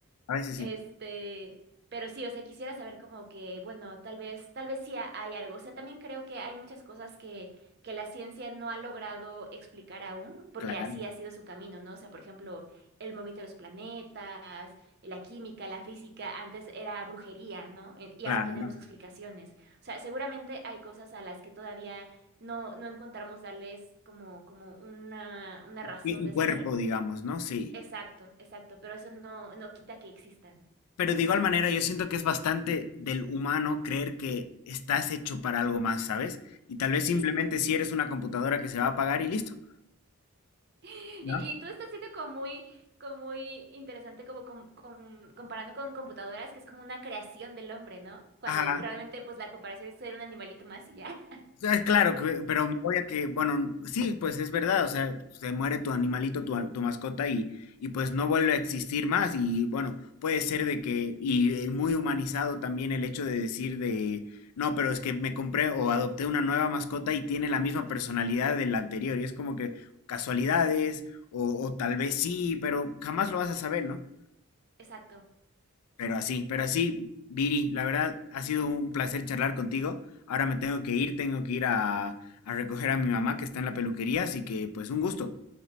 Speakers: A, on the left; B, on the right.
A: a veces sí,
B: Este, pero sí, o sea, quisiera saber como que, bueno, tal vez, tal vez sí ha- hay algo. O sea, también creo que hay muchas cosas que, que la ciencia no ha logrado explicar aún, porque
A: claro,
B: así ha sido su camino, ¿no? O sea, por ejemplo, el movimiento de los planetas, la química, la física, antes era brujería, ¿no? Y y
A: claro.
B: ahora tenemos explicaciones. O sea, seguramente hay cosas a las que todavía no, no encontramos darles como, como una, una razón
A: Y
B: de
A: Un cuerpo,
B: ser.
A: digamos, ¿no? Sí.
B: Exacto, exacto, pero eso no, no quita que existan.
A: Pero de igual manera, yo siento que es bastante del humano creer que estás hecho para algo más, ¿sabes? Y tal vez
B: Sí.
A: simplemente si eres una computadora que se va a apagar y listo,
B: Y,
A: ¿no?
B: y todo está siendo como muy, como muy interesante, como com- com- comparando con computadoras, que es como una creación del hombre, ¿no? Cuando
A: Ajá.
B: realmente, pues la comparación es ser un animalito más y ya. <laughs>
A: sea, claro, que- pero me voy a que, bueno, sí, pues es verdad, o sea, se muere tu animalito, tu, a- tu mascota y, y pues no vuelve a existir más y bueno, puede ser de que, y eh, muy humanizado también el hecho de decir de, no, pero es que me compré o adopté una nueva mascota y tiene la misma personalidad de la anterior y es como que casualidades o, o tal vez sí, pero jamás lo vas a saber, ¿no?
B: Exacto.
A: Pero así, pero así, Viri, la verdad ha sido un placer charlar contigo. Ahora me tengo que ir, tengo que ir a, a recoger a mi mamá que está en la peluquería, así que pues un gusto.